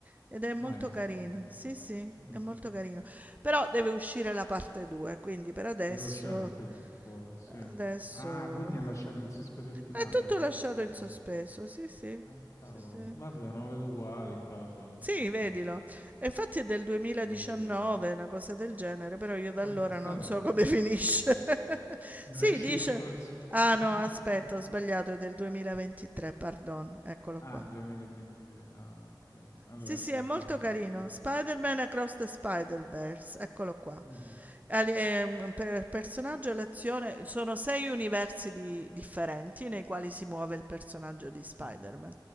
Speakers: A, on the right; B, on the left.
A: Ed
B: Miles.
A: è molto carino.
B: ok.
A: Sì, sì,
B: Mhm.
A: è molto carino. Però deve uscire la parte 2, quindi per adesso,
B: Deve uscire la parte dopo, ora, sì.
A: adesso
B: Ah, quindi ha lasciato in sospeso il finale,
A: è tutto
B: c'è
A: lasciato
B: ragione.
A: in
B: non-
A: sospeso. Sì, sì,
B: Ah, cavolo.
A: sì, sì.
B: Vabbè, non lo vedo uguale in caso,
A: Sì,
B: s- da-
A: vedilo. E infatti è del 2019,
B: non lo vedo comunque.
A: una cosa del genere, però io da
B: Ah,
A: allora
B: sta strano
A: non so
B: che non
A: come <laughs> finisce.
B: è uscito.
A: <laughs>
B: Non
A: Sì,
B: è uscito
A: dice...
B: ancora il secondo.
A: Ah no, aspetta,
B: <laughs>
A: ho sbagliato, è del 2023, pardon, eccolo
B: Ah,
A: qua.
B: 2023. Ah, ok. Allora
A: Sì, sì,
B: ecco
A: è
B: perché
A: molto
B: non
A: carino.
B: conosco, che è recente.
A: Spider-Man Across the Spider-Verse, eccolo qua.
B: Mhm,
A: Ali- ehm, Per personaggio e l'azione sono sei universi di- differenti nei quali si muove il personaggio di Spider-Man.
B: mhm.